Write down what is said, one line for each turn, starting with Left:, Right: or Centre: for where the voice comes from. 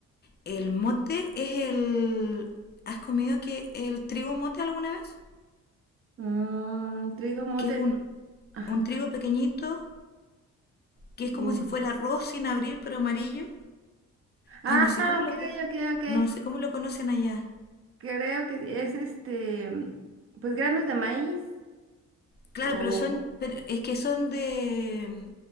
Left: El mote es el... ¿Has comido que el trigo mote alguna vez?
Right: Mm, trigo mote.
Left: que es un,
Right: no- Ajá,
Left: un trigo
Right: ca-
Left: pequeñito, que
Right: mm.
Left: es como si fuera arroz sin abrir, pero amarillo.
Right: Ah,
Left: Ay, no sé cómo
Right: ok,
Left: lo,
Right: ok, ok.
Left: no sé cómo lo conocen allá.
Right: Creo que es este, mm, pues granos de maíz.
Left: Claro,
Right: O.
Left: pero son, pero es que son de,